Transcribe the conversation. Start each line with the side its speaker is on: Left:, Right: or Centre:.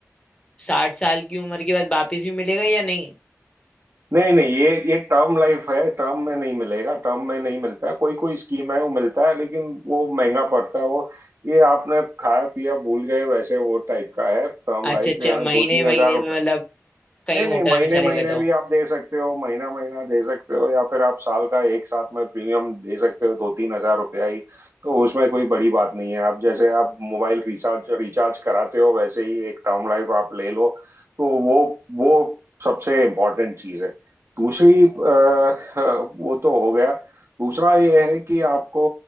Left: साठ साल की उम्र के बाद वापस भी मिलेगा या नहीं
Right: नहीं नहीं ये ये टर्म लाइफ है टर्म में नहीं मिलेगा टर्म में नहीं मिलता है कोई कोई स्कीम है वो मिलता है लेकिन वो महंगा पड़ता है वो ये आपने खाया पिया भूल गए वैसे वो टाइप का है टर्म
Left: अच्छा
Right: लाइफ
Left: अच्छा
Right: यानी
Left: महीने
Right: दो तीन
Left: महीने
Right: हजार रुपया
Left: में मतलब कहीं
Right: नहीं
Left: होटल
Right: नहीं महीने
Left: में चले
Right: महीने
Left: गए तो
Right: भी आप दे सकते हो महीना महीना दे सकते हो या फिर आप साल का एक साथ में प्रीमियम दे सकते हो दो तीन हजार रुपया ही तो उसमें कोई बड़ी बात नहीं है आप जैसे आप मोबाइल रिचार्ज रिचार्ज कराते हो वैसे ही एक टर्म लाइफ आप ले लो तो वो वो सबसे इम्पोर्टेंट चीज़ है दूसरी अ, अ, वो तो हो गया दूसरा ये है कि आपको